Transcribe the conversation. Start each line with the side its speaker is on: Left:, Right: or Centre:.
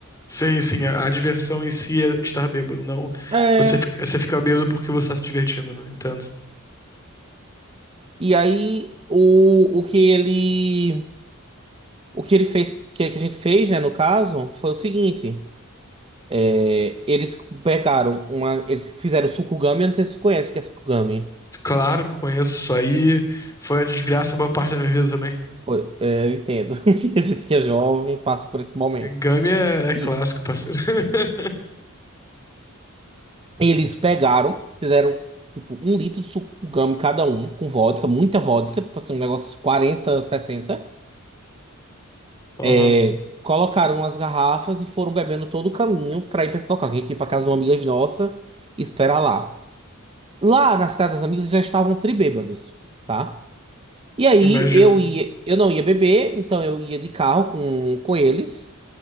Left: Sim, sim. A, a diversão em si é estar bêbado, não.
Right: É.
Left: Você fica, você fica bêbado porque você tá se divertindo, né? Entendo.
Right: E aí o, o que ele, o que ele fez, que, que a gente fez, né, no caso, foi o seguinte. É, eles pegaram uma. Eles fizeram Sukugami, eu não sei se você conhece o que é Sukugami.
Left: Claro que conheço isso aí. Foi a desgraça boa parte da minha vida também.
Right: Foi, é, eu entendo. <laughs> A gente que é jovem passa por esse momento.
Left: Game é, é
Right: E
Left: clássico, parceiro. <laughs>
Right: eles pegaram, fizeram tipo um litro de Sukugami cada um, com vodka, muita vodka, tipo assim, um negócio 40, 60.
Left: Aham.
Right: É, colocaram as garrafas e foram bebendo todo o caminho pra ir pra esse local. que A gente ia pra casa de uma amiga nossa e esperar lá. Lá nas casas das amigas já estavam tribêbados, tá? E aí
Left: Imagino.
Right: eu ia, eu não ia beber, então eu ia de carro com, com eles,